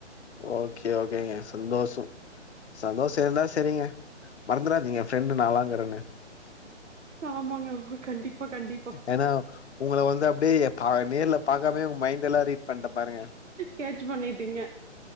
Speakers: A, on the left; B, on the right.
A: ஓகே ஓகேங்க சந்தோஷோ சந்தோஷோ இருந்தா செரிங்க மறந்துறாதிங்க ஃபெர்ண்டு நாளாங்கறனு
B: ஆமாங்க கண்டிப்பா கண்டிப்பா
A: ஏன்னா உங்கள வந்து அப்டியே பா நேர்ல பாக்காமே ஒங்க மைண்ட் எல்லா ரீட் பண்ட்ட பாருங்க
B: கேட்ச் பண்ணிட்டீங்க